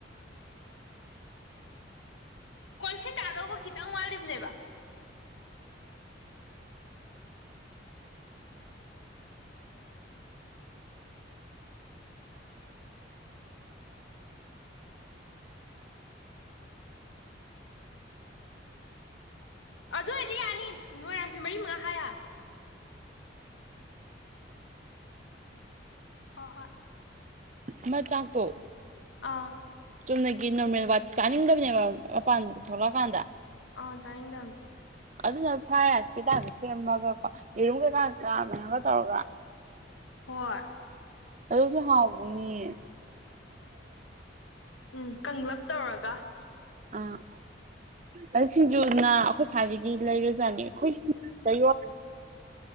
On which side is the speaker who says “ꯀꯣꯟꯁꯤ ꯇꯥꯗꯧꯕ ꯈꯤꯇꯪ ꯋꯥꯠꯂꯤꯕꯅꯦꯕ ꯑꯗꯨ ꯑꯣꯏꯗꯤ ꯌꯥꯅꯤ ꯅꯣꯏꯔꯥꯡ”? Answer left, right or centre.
Left